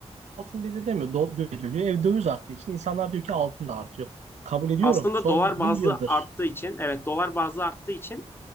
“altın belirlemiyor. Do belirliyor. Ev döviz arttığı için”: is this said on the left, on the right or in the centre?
Right